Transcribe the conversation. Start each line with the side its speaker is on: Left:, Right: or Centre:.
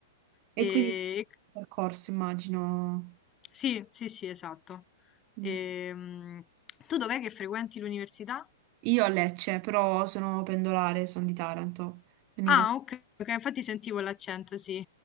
Right: E
Left: e
Right: quindi sì, percorso, immagino.
Left: sì, sì, sì, esatto.
Right: Mm.
Left: Ehm, tu dov'è che frequenti l'università?
Right: Io a Lecce, però sono pendolare, sono di Taranto. Quindi
Left: Ah,
Right: fa-
Left: ok, ok, infatti sentivo l'accento, sì,